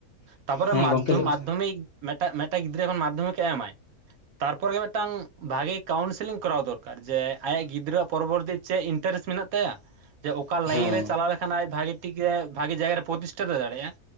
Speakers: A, on the right; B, on the left.
A: ᱛᱟᱯᱚᱨᱮ
B: ᱦᱮᱸ
A: ᱢᱟᱫᱫᱷᱚᱢ
B: ᱜᱚᱢᱠᱮ ᱞᱟᱹᱭ ᱵᱮᱱ
A: ᱢᱟᱫᱽᱫᱷᱚᱢᱤᱠ ᱢᱮᱴᱟᱜ ᱜᱤᱫᱽᱨᱟᱹ ᱡᱮᱠᱷᱚᱱ ᱢᱟᱫᱽᱫᱷᱚᱢᱤᱠ ᱮ ᱮᱢᱟᱭ᱾ ᱛᱟᱨᱯᱚᱨ ᱜᱮ ᱢᱤᱫᱴᱟᱝ ᱵᱷᱟᱜᱮ ᱠᱟᱣᱩᱱᱥᱤᱞᱤᱝ ᱠᱚᱨᱟᱣ ᱫᱚᱨᱠᱟᱨ ᱡᱮ ᱟᱭᱟᱜ ᱜᱤᱫᱽᱨᱟᱹᱣᱟᱜ ᱯᱚᱨᱚᱵᱚᱨᱛᱤ ᱪᱮᱫ ᱤᱱᱴᱟᱨᱮᱥᱴ ᱢᱮᱱᱟᱜ ᱛᱟᱭᱟ᱾ ᱡᱮ ᱚᱠᱟ
B: ᱦᱮᱸ
A: ᱞᱟᱭᱤᱱ ᱨᱮ ᱪᱟᱞᱟᱣ ᱞᱮᱠᱷᱟᱱ ᱟᱡ ᱵᱷᱟᱜᱤ ᱴᱷᱤᱠ ᱮ ᱵᱷᱟᱜᱤ ᱡᱟᱭᱜᱟ ᱨᱮ ᱯᱨᱚᱛᱤᱥᱴᱷᱟ ᱛᱚᱭ ᱫᱟᱲᱮᱭᱟᱜ-ᱟ ᱾